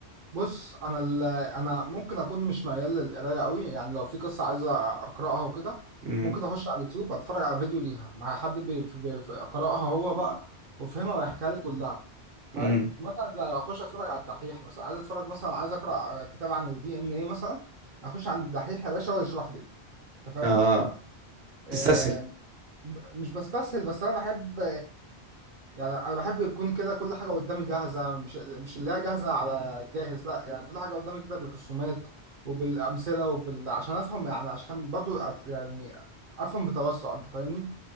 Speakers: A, on the right (about 55°); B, on the right (about 75°).
A: بص انا ال... انا ممكن اكون مش ميال للقرايه قوي يعني لو في قصه عايز اقراها وكده
B: امم
A: ممكن اخش على اليوتيوب اتفرج على فيديو ليها مع حد بي... بي... بي- قراها هو بقى وفهمها ويحكيها لي كلها فاهم
B: امم
A: مثلا زي اخش اتفرج على الدحيح مثلا عايز اتفرج مثلا عايز اقرا كتاب عن الدي ان ايه مثلا اخش عند الدحيح يا باشا هو يشرح لي انت فاهم
B: اه
A: آه...
B: تستسهل
A: ب- مش بستسهل بس انا بحب يعني انا بحب يكون كده كل حاجه قدامي جاهزه مش مش اللي هي جاهزه على جاهز لا يعني كل حاجه قدامي كده بالرسومات وبالامثله وبال عشان افهم يعني عشان برضو أت- يعني افهم بتوسع انت فاهمني